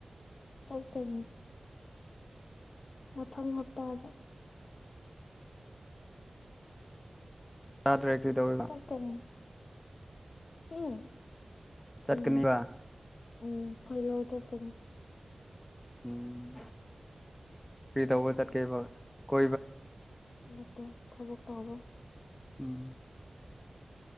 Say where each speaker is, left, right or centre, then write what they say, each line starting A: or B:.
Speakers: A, on the left; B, on the left.
A: ꯁ ꯀꯅꯤ ꯃꯊꯪ ꯍꯥꯞꯇꯥꯗ
B: ꯔꯇ꯭ꯔ ꯑꯦꯈꯔꯤꯗꯧꯔꯒ
A: ꯆꯠꯀꯅꯤ ꯎꯝ
B: ꯆꯠꯀꯅꯤꯕ
A: ꯎꯝ ꯎꯝ ꯍꯣꯏ ꯂꯧ ꯑꯣꯗꯔ ꯀ
B: ꯎꯝ ꯐꯔꯤ ꯇꯧꯕ ꯆꯠ ꯀꯦ ꯐ ꯀ
A: ꯅꯇꯩ ꯊꯕꯣꯛ ꯇꯍꯧꯕꯣ
B: ꯎꯝ